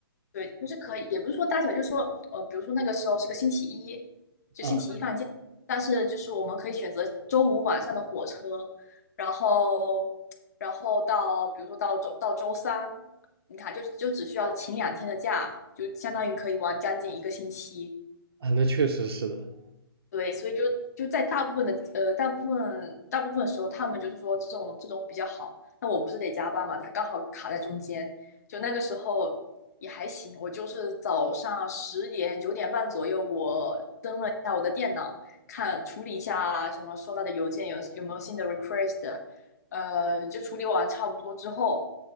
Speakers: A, on the left; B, on the right.
A: 对，就是可以，也不是说大小，就是说，呃，比如说那个时候是个星期一，就星期一放假，
B: 啊，
A: 但是就是我们可以选择周五晚上的火车，然后，然后到比如说到周到周三，你看就就只需要请两天的假，就相当于可以玩将近一个星期。
B: 啊，那确实是的。
A: 对，所以就就在大部分的呃大部分大部分时候，他们就是说这种这种比较好。那我不是得加班嘛，他刚好卡在中间，就那个时候也还行。我就是早上十点九点半左右，我登了一下我的电脑，看处理一下什么收到的邮件有有没有新的 request，呃，就处理完差不多之后，